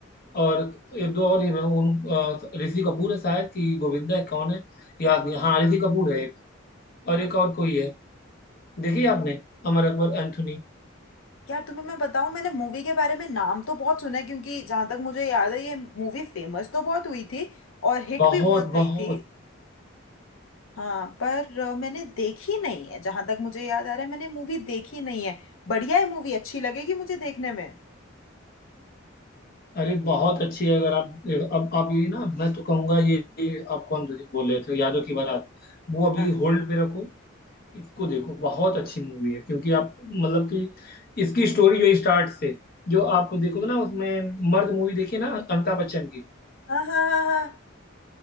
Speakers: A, on the left; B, on the left.
A: और एक दो और हीरो हैं, उन अ, ऋषि कपूर है शायद कि गोविंदा है कौन है याद नहीं हाँ ऋषि कपूर है एक और एक और कोई है देखिए आपने अमर अकबर एंथोनी
B: यार तुम्हें मैं बताऊं मैंने मूवी के बारे में नाम तो बहुत सुना है क्योंकि जहां तक मुझे याद है ये मूवी फेमस तो बहुत हुई थी और हिट
A: बहुत
B: भी बहुत गई
A: बहुत
B: थी हाँ पर अ, मैंने देखी नहीं है जहां तक मुझे याद आ रहा है मैंने मूवी देखी नहीं है बढ़िया है मूवी अच्छी लगेगी मुझे देखने में
A: अरे बहुत अच्छी है अगर आप अब आप ये ना मैं तो कहूंगा ये, ये आप कौन बोल रहे थे यादों की बारात वो अभी
B: हाँ
A: होल्ड पे रखो इसको देखो बहुत अच्छी मूवी है क्योंकि आप मतलब कि इसकी स्टोरी जो स्टार्ट से जो आप देखोगे ना उसमें मर्द मूवी देखिए ना अमिताभ बच्चन की
B: हाँ हाँ हाँ हाँ हाँ।